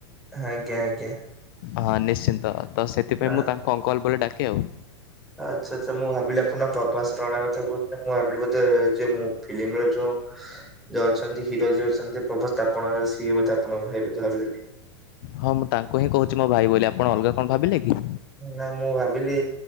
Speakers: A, in the centre; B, on the left.
A: ଆଜ୍ଞା ଆଜ୍ଞା।
B: ହଁ ନିଶ୍ଚିନ୍ତ ତ ସେଥିପାଇଁ
A: ନା
B: ମୁଁ ତାଙ୍କୁ ଅଙ୍କଲ ବୋଲି ଡାକେ ଆଉ।
A: ଆଚ୍ଛା ଆଚ୍ଛା ମୁଁ ଭାବିଲି ଆପଣଙ୍କ ପ୍ରଭାସ ରଣା କଥା କହୁଛନ୍ତି ମୁଁ ଭାବିଲି ଫିଲ୍ମର ଯୋଉ ଯୋଉ ଅଛନ୍ତି ହିରୋ ଯିଏ ଅଛନ୍ତି ପ୍ରବାସ ତାପଣ ସିଏ ବୋଧ ଆପଣ ଭାଇ ବିତ ଭାବିଲେନି
B: ହଁ ମୁଁ ତାଙ୍କୁ ହିଁ କହୁଛି ମୋ ଭାଇ ବୋଲି ଆପଣ ଅଲଗା କଣ ଭାବିଲେ କି?
A: ନା ମୁଁ ଭାବିଲି